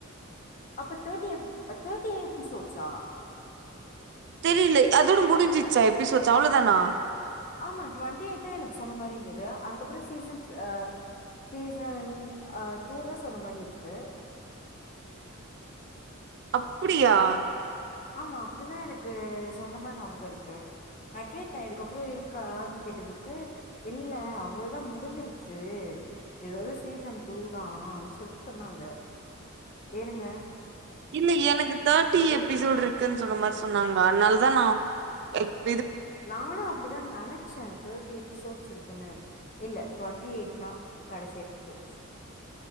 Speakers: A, on the left; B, on the right.
A: அப்ப தேர்டி எப் தேர்ட்டி எபிசோட்ஸ்சா
B: தெரில அதோட முடுஞ்சுச்சா எபிசோட்ஸ் அவ்ளோதானா
A: ஆமா டுவெண்டி எயிட் தா எனக்கு சொன்ன மாரி இருந்துது அதுக்கப்பறோ சீசன்ஸ் ஆ சீசன் அ டூ தா சொன்ன மாரி இருக்கு
B: அப்புடியா
A: ஆமா அப்டிதா எனக்கு சொன்ன மாரி ஞாபகோ இருக்கு நா கேட்ட இதுக்கப்புறோ இருக்கான் கேட்டது க்கு இல்ல அவ் அவ்ளோதா முடுஞ்சுருச்சு இதோட சீசன் டூ தான் சொல்ட்டு சொன்னாங்க ஏனுங்க
B: இல்ல எனக்கு தேர்ட்டி எபிசோடு இருக் இருக்குன் சொன்ன மாரி சொன்னாங்க அதனாலதா நா எயிட்
A: நானு அப்புடிதா நெனச்ச தோட்டி எபிசோட்ஸ் இருக் க்குனு இல்ல டுவெண்டி எயிட்தா கடசி எபிசோட்ஸ்